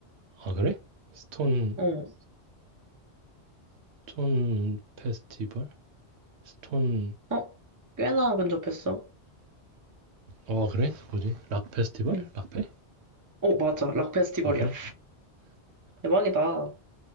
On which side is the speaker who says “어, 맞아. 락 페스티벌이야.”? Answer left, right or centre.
Right